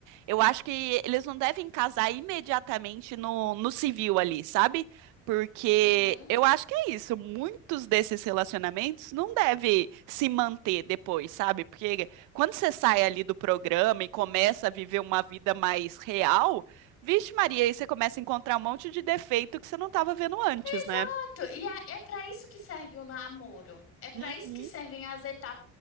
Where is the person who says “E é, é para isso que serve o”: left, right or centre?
Left